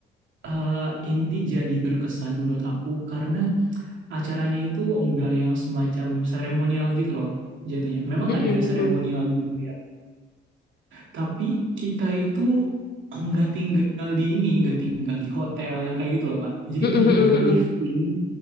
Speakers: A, on the right; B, on the left.
A: Uh, ini jadi berkesan menurut aku karena acaranya itu enggak yang semacam seremonial gitu loh jatuhnya. Memang
B: Mhm,
A: ada seremonialnya
B: mhm.
A: gitu ya. Tapi kita itu enggak tinggal di ini, enggak tinggal di hotel yang kayak gitu loh Kak. Jadi
B: Mhm,
A: benar-benar
B: mhm,
A: live
B: mhm.
A: in